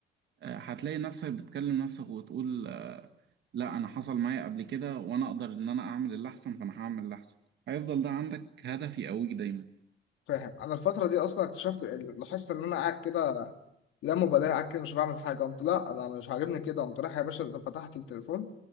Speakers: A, on the right; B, on the left.
A: آه، هتلاقي نفسك بتكلم نفسك وتقول آه، لا انا حصل معايا قبل كده وانا اقدر ان انا اعمل اللي احسن فانا هعمل اللي احسن هيفضل ده عندك هدف يقويك دايما
B: فاهم انا الفتره دي اصلا اكتشفت لاحظت ان انا قاعد كده لا مبالاه قاعد كده مش بعمل حاجه قمت لا انا مش عاجبني كده قمت رايح يا باشا فتحت التليفون